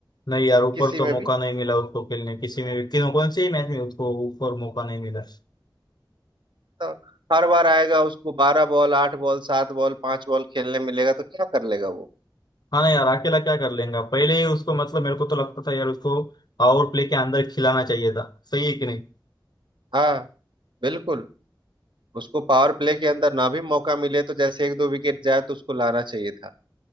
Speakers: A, on the left; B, on the right.
A: नहीं यार ऊपर
B: किसी
A: तो
B: में
A: मौका
B: भी
A: नहीं मिला उसको खेलने किसी में भी किसी कौन से ही मैच में उसको ऊपर मौका नहीं मिला
B: तो हर बार आएगा उसको बारह बॉल आठ बॉल सात बॉल पांच बॉल खेलने मिलेगा तो क्या कर लेगा वो
A: हाँ ना यार अकेला क्या कर लेगा पहले ही उसको मतलब मेरे को तो लगता था यार उसको पावर प्ले के अंदर खिलाना चाहिए था सही है कि नहीं
B: हाँ बिल्कुल उसको पावर प्ले के अंदर ना भी मौका मिले तो जैसे एक दो विकेट जाए तो उसको लाना चाहिए था